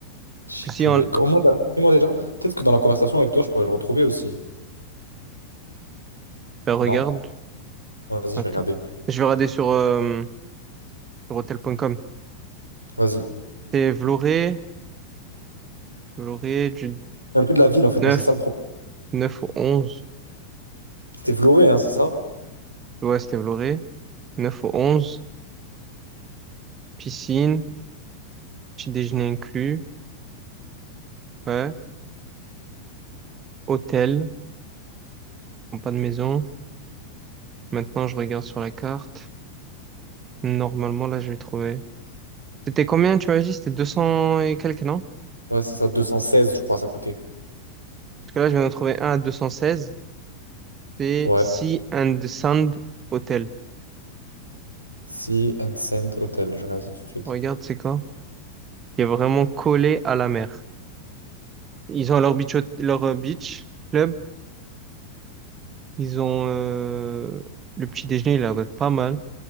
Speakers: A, on the left; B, on the right.
A: Je sais
B: Parce
A: plus.
B: que Si on,
A: Comment on l'a- comment déjà? Peut-être que dans la conversation avec toi, je pourrais le retrouver aussi.
B: ben, regarde,
A: Non? Ouais, Vas-y,
B: attends.
A: je vais regarder.
B: Je vais regarder sur, euh, sur hotel.com.
A: Vas-y.
B: C'était Vloré, Vloré du
A: Un peu de la ville en fait,
B: 9,
A: moi, c'est ça le problème.
B: 9 au 11.
A: C'était Vloré, hein, c'est ça?
B: Ouais, c'était Vloré. 9 au 11. Piscine, petit déjeuner inclus. Ouais. Hôtel, bon, pas de maison. Maintenant, je regarde sur la carte. Normalement, là, je vais trouver. C'était combien, tu m'as dit? C'était 200 et quelques, non?
A: Ouais, c'est ça, Deux cent seize, je crois, ça coûtait.
B: Parce que là, je viens de trouver un à 216. C'est
A: Ouais.
B: Sea and Sand Hotel.
A: Sea and Sand Hotel, je regarde ça tout de suite.
B: Regarde, c'est quoi? Il est vraiment collé à la mer. Ils ont leur beach, hot- leur euh, beach club Ils ont euh, le petit déjeuner, il a l'air d'être pas mal.